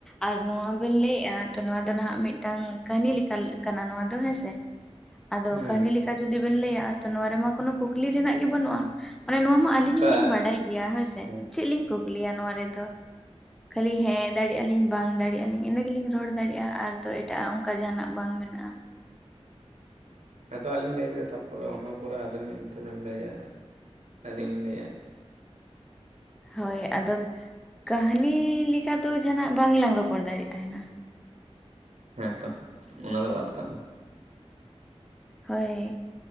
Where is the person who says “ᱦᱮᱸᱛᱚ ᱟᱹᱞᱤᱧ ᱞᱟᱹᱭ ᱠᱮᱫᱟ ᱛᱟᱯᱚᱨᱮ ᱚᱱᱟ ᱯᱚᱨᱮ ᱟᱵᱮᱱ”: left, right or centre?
Right